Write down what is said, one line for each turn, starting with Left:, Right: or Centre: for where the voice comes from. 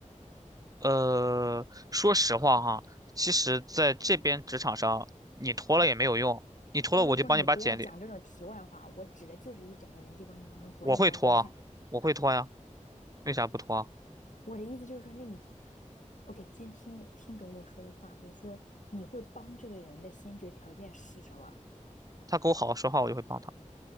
Right: 呃，说实话哈，其实在这边职场上，你拖了也没有用，你拖了我就帮你把简历，
Left: 不不不，你不要讲这种题外话，我指的就是一整个人际关系当中，国内国外都算。
Right: 我会拖啊，我会拖呀，为啥不拖啊
Left: 我的意思就是说，那你，OK，先听听懂我说的话。我说你会帮这个人的先决条件是什么？
Right: 他跟我好好说话，我就会帮他